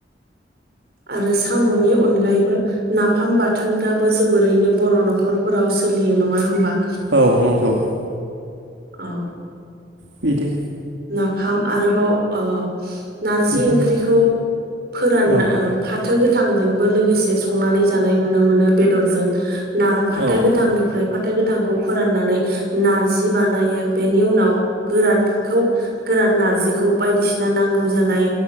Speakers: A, on the right; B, on the right.
A: आरो साम'नि अनगायैबो नाफाम बाथोनफ्राबो जोबोरैनो बर' न'खरफोराव सोलियो नङा होमबा
B: औ नंगौ
A: औ
B: बिदि
A: नाफाम आरोबाव ओ नारजि
B: बिदिनो
A: ओंख्रिखौ फोरानना
B: औ
A: फाथो गोथांजोंबो लोगोसे संनानै जा नाय नुनो मोनो बेदर जों ना फाथो
B: औ
A: गोथांफ्राय फाथो गोथांखौ फोराननानै नारजि बानायो बेनि उनाव गोरानखौ गोरान नारजिखौ बायदिसिना नांगौ जानाय